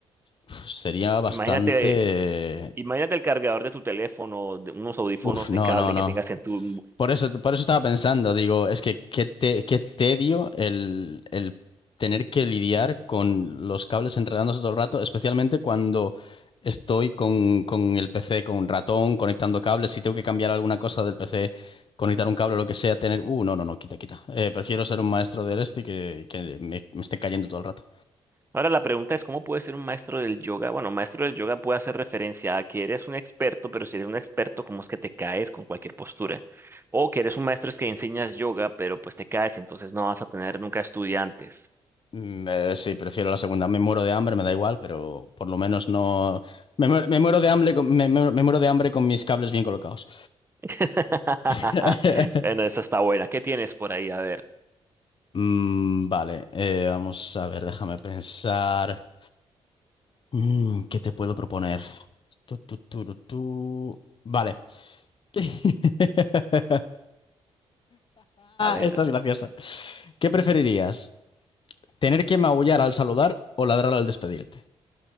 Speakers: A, on the left (about 45°); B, on the right (about 20°).
A: Uf, Sería bastante...
B: Imagínate, imagínate el cargador de tu teléfono, de unos audífonos
A: Uf,
B: de
A: no,
B: cable
A: no, no.
B: que tengas en tu
A: Por eso, por eso estaba pensando, digo, es que qué, te- qué tedio el, el tener que lidiar con los cables enredándose todo el rato, especialmente cuando estoy con, con el PC, con un ratón, conectando cables, si tengo que cambiar alguna cosa del PC, conectar un cable o lo que sea, tener... Uh, no, no, no, quita, quita. Eh, prefiero ser un maestro del este que, que me me esté cayendo todo el rato.
B: Ahora la pregunta es, ¿cómo puede ser un maestro del yoga? Bueno, un maestro del yoga puede hacer referencia a que eres un experto, pero si eres un experto, ¿cómo es que te caes con cualquier postura? O que eres un maestro es que enseñas yoga, pero pues te caes, entonces no vas a tener nunca estudiantes.
A: Mm, eh, sí, prefiero la segunda. Me muero de hambre, me da igual, pero por lo menos no. Me, muero me muero de hambre con, me, me- me muero de hambre con mis cables bien colocados.
B: <laughs>
A: <laughs>
B: Bueno, esa está buena. ¿Qué tienes por ahí? A ver,
A: Mm, vale, eh, vamos a ver, déjame pensar. Mm, ¿qué te puedo proponer? Tu, tu, tu, tu, tu. Vale. <laughs>
B: a ver.
A: Esta es graciosa. ¿Qué preferirías? ¿Tener que maullar al saludar o ladrar al despedirte?